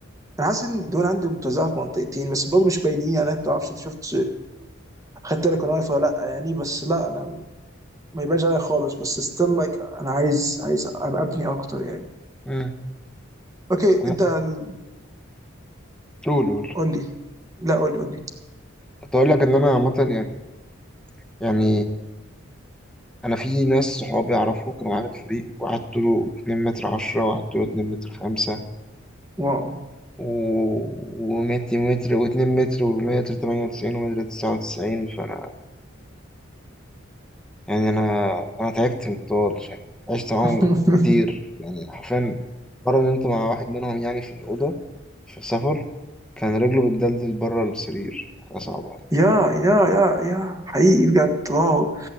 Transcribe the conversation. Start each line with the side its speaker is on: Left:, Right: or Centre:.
Right: انا حاسس ان الدهون عندي متوزعه في منطقتين بس برضه مش باينين يعني انت تعرفش انت شفت خدت بالك انا واقف ولا لا يعني بس لا انا ما يبانش عليا خالص بس ستيل لايك انا عايز عايز ابقى ابني اكتر يعني
Centre: أمم.
Right: اوكي
Centre: أما-
Right: انت ال-
Centre: قول قول
Right: قول لي لا قول لي قول لي
Centre: كنت أقول لك إن أنا عامة يعني يعني أنا في ناس صحابي أعرفه كانوا معايا في الفريق واحد طوله 2 متر 10 واحد طوله 2 متر 5
Right: واو
Centre: و... ومتر متر واتنين متر ومتر تمانية وتسعين ومتر تسعة وتسعين فأنا يعني أنا أنا تعبت من الطوال يعني عشت معاهم
Right: <laughs>
Centre: كتير يعني حرفيا مرة نمت مع واحد منهم يعني في الأوضة في سفر كان رجله بتدلدل بره السرير حاجة صعبة يعني
Right: يا يا يا يا <laughs> حقيقي بجد واو